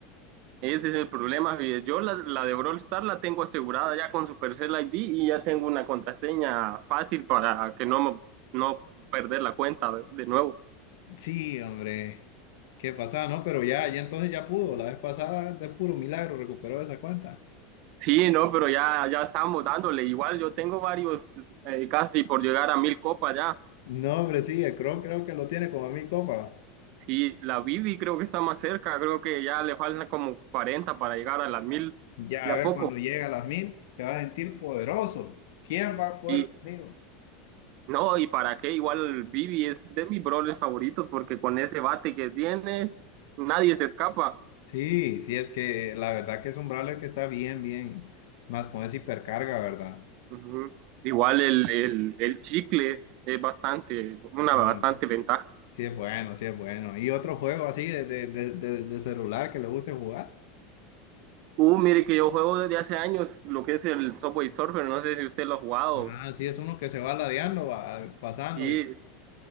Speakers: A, on the right; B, on the left.
A: Ese es el problema. y Yo la, la de Brawl Stars la tengo asegurada ya con Supercell ID y ya tengo una contraseña fácil para que no, me- no perder la cuenta de de nuevo.
B: Sí, hombre, qué pasada, ¿no? Pero ya, ya entonces ya pudo, la vez pasada de puro milagro recuperó esa cuenta.
A: Sí, no, pero ya, ya estamos dándole. Igual yo tengo varios, eh, casi por llegar a mil copas ya.
B: No, hombre, sí, el Chrome creo que lo tiene como a mil copas.
A: Y la Bibi creo que está más cerca, creo que ya le faltan como 40 para llegar a las 1000
B: Ya,
A: ya
B: a ver,
A: poco.
B: cuando llega a las mil, te vas a sentir poderoso. ¿Quién va a poder
A: Y
B: conmigo?
A: no, ¿y para qué? Igual Bibi es de mis brawlers favoritos porque con ese bate que tiene, nadie se escapa.
B: Sí, sí, es que la verdad que es un brawler que está bien, bien, más con esa hipercarga, ¿verdad?
A: Ujú. Igual el, el, el chicle es bastante, una
B: Sí,
A: bastante ventaja.
B: sí es bueno, sí es bueno. ¿Y otro juego así de, de, de, de- de celular que le guste jugar?
A: Uh, mire que yo juego desde hace años lo que es el Subway Surfer, no sé si usted lo ha jugado,
B: Ah, sí, es uno que se va ladeando, va pasando.
A: sí,
B: Y,